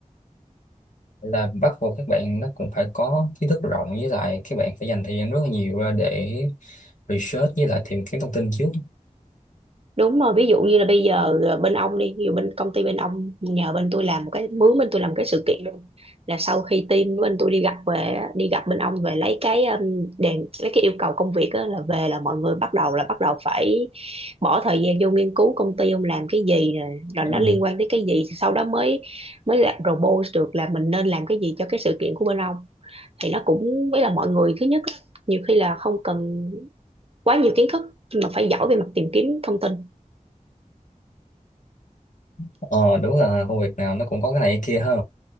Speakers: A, on the left (about 65°); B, on the right (about 45°).
A: là bắt buộc các bạn nó cũng phải có kiến thức rộng với lại các bạn phải dành thời gian rất là nhiều ra để research với lại tìm kiếm thông tin trước
B: đúng rồi ví dụ như là bây giờ ờ, bên ông đi ví dụ bên công ty bên ông nhờ bên tôi làm một cái mướn bên tôi làm một cái sự kiện luôn là sau khi team bên tôi đi gặp về á, đi gặp bên ông về lấy cái um, đèn lấy cái yêu cầu công việc á, là về là mọi người bắt đầu là bắt đầu phải bỏ thời gian vô nghiên cứu công ty ông làm cái gì rồi, rồi
A: ừ.
B: nó liên quan tới cái gì sau đó mới mới lại propose được là mình nên làm cái gì cho cái sự kiện của bên ông thì nó cũng với là mọi người thứ nhất á, nhiều khi là không cần quá nhiều kiến thức nhưng mà phải giỏi về mặt tìm kiếm thông tin
A: ờ đúng là công việc nào nó cũng có cái này cái kia ha